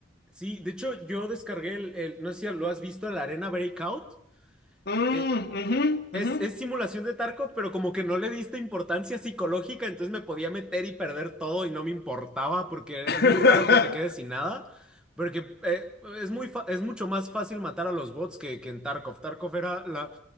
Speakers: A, in the centre; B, on the left (about 55°).
A: sí, de hecho yo descargué el, el- no sé si lo has visto, la Arena Breakout.
B: Mm,
A: Eh,
B: ujú,
A: es,
B: ujú.
A: es simulación de Tarkov, pero como que no le diste importancia psicológica, entonces me podía meter y perder todo y no me importaba porque
B: <laughs>
A: es muy raro que te quedes sin nada. Porque eh, es muy fa- es mucho más fácil matar a los bots que, que en Tarkov. Tarkov era la...